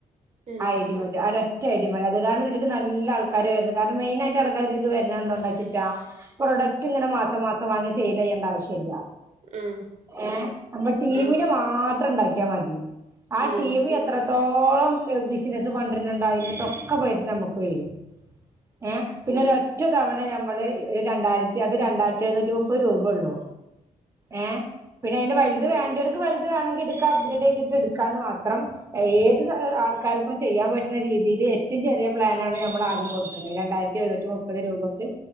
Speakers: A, on the right (about 50°); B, on the right (about 20°).
A: ഉം
B: ഐഡി മതി ഒരൊറ്റ ഒറ്റ ഐഡി മതി അത് കാരണം ഇതിലക്ക് നല്ല ആൾക്കാര് വരണ് ഉണ്ട് കാരണം മെയിനായിട്ട് ആൾക്കാർ ഇതിലക്ക് വരണം എന്താണ്ട വച്ചിട്ടാ പ്രൊഡക്ട് ഇങ്ങനെ മാസം മാസം വാങ്ങി സെയിൽ ചെയ്യേണ്ട ആവശ്യം ഇല്ല
A: ഉം
B: ഏ നമ്മ ടീമിനെ
A: ഉം
B: മാത്രം ഉണ്ടാക്കിയാൽ മതി ആഹ്
A: ഞങ്ങൾത്
B: ടീമ്മ് എത്രത്തോളം ബിസിനസ്സ് കൊണ്ടരുണുണ്ടോ അതിന്റെതൊക്കെ പൈസ നമുക്ക് വരും ഏഹ് പിന്നെ ഒരു ഒറ്റ തവണ ഞമ്മള് രണ്ടായിരത്തി അത് രണ്ടായിരത്തി എഴുന്നൂറ്റി മുപ്പത് രൂപ ഉള്ളൂ ഏഹ് പിന്നെ അതിന്റെ വലുത് വേണ്ടവർക്ക് വലുത് വേണെങ്കിൽ എടുക്കാ അപ്ഗ്രേഡ് ചെയ്തിട്ട് എടുക്കാന്ന് മാത്രം ഏത് ആൾക്കാർക്കും ചെയ്യാൻ പറ്റുന്ന രീതിയിൽ ഏറ്റവും ചെറിയ പ്ലാനാണ് നമ്മൾ ആദ്യം കൊടുക്കുന്നത് രണ്ടായിരത്തി എഴുന്നൂറ്റി മുപ്പത് രൂപക്ക്